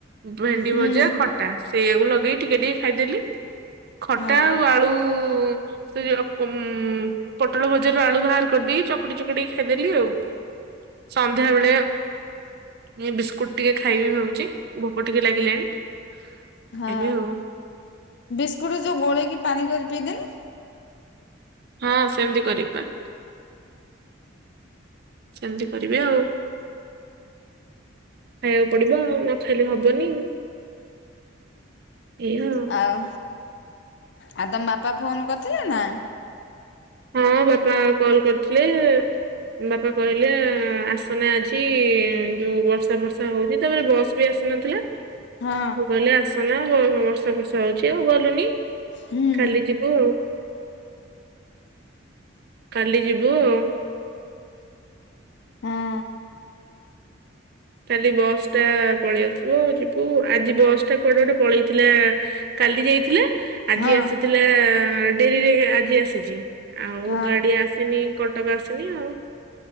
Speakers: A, on the right; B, on the left.
A: ଭେଣ୍ଡି
B: ହୁଁ
A: ଭଜା ଖଟା ସେଇଆକୁ ଲଗେଇକି ଟିକେ ଟିକେ ଖାଇଦେଲି। ଖଟା
B: ହଁ
A: ଆଉ ଆଳୁ ସେ ପମ୍ ପୋଟଳ ଭଜାରୁ ଆଳୁ ବାହାର କରିଦେଇ ଚକଡି ଚକଡି ଖାଇଦେଲି ଆଉ। ସନ୍ଧ୍ୟାବେଳେ ଏଇ ବିସ୍କୁଟ୍ ଟିକେ ଖାଇବି ଭାବୁଚି ଭୋକ ଟିକେ ଲାଗିଲାଣି। ଖାଇବି
B: ହଁ
A: ଆଉ।
B: ବିସ୍କୁଟ ଯୋଉ ଗୋଳେଇକି ପାଣି କରି ପିଇଦେନି।
A: ହଁ ସେମିତି କରିପା। ସେମିତି କରିବି ଆଉ। ଖାଇବାକୁ ପଡ଼ିବ ଆଉ ନଖାଇଲେ ହବନି। ଏଇ ହଉ।
B: ଆଉ ଆଉ ତମ ବାପା ଫୋନ୍ କରିଥିଲେ ନା?
A: ହଁ ବାପା କଲ୍ କରିଥିଲେ। ବାପା କହିଲେ ଆସନା ଆଜି ଯୋଉ ବର୍ଷା ବର୍ଷା ହଉଚି ତାପରେ ବସ୍ ବି ଆସିନଥିଲା।
B: ହଁ
A: ମୁଁ କହିଲି ଆସନା ବର୍ଷା ଫର୍ଷା ହଉଚି ଆଉ ଗଲୁନି
B: ହୁଁ
A: କାଲି ଯି ଓ କାଲି ଯିବୁ ଆଉ।
B: ହଁ
A: କାଲି ବସ୍ ଟା ପଳେଇ ଆସିବ ଯିବୁ ଆଜି ବସ୍ ଟା କୁଆଡ଼େ ଗୋଟେ ପଳେଇଥିଲା। କାଲି ଯାଇଥିଲା। ଆଜି
B: ହଁ
A: ଆସିଥିଲା ଡେରିରେ ଆଜି ଆସିଛି ଆଉ
B: ହଁ
A: ଗାଡ଼ି ଆସିନି କ କଟକ ଆସିନି ଆଉ।